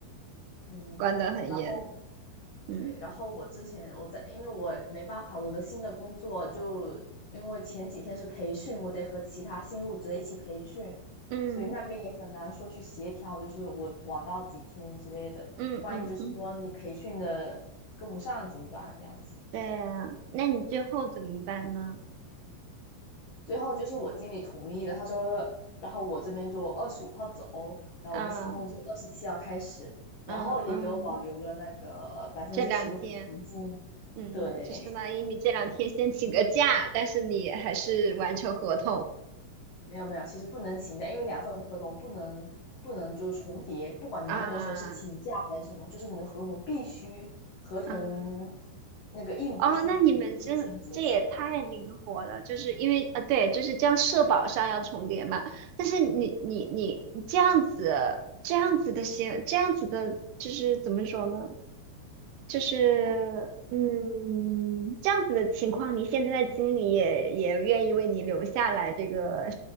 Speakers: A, on the left; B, on the right.
A: <laughs> 嗯，
B: 管得很严，
A: 然后
B: 嗯
A: 对，然后我之前我在，因为我没办法，我的新的工作就因为前几天是培训，我得和其他新入职的一起培训，
B: 嗯
A: 所以那边也很难说去协调，就是我晚到几天之类的，
B: 嗯嗯嗯，
A: 万一就是说你培训的跟不上怎么办？这样子。
B: 对啊，那你最后怎么办呢？
A: 最后就是我经理同意了，他说，然后我这边就二十五号走，然后我的新工作二十七号开始，
B: 啊
A: 然后也给我保留了那个百分之十的补偿金。
B: 嗯嗯，这两天，嗯嗯，
A: 对，
B: 就相当于你这两天先请个假，但是你还是完成合同
A: 没有没有，其实不能请假，因为两份合同不能不能就是重叠，不管你那个时候是请假还是什么，
B: 啊。
A: 就是你的合同必须合同
B: 啊。
A: 那个义务必须提前结束。
B: 哦，那你们这这也太灵活了，就是因为呃，对，就是这样社保上要重叠嘛。但是你你你你这样子这样子的行，这样子的，就是怎么说呢？就是嗯，
A: 嗯哼，
B: 这样子的情况，你现在的经理也也愿意为你留下来这个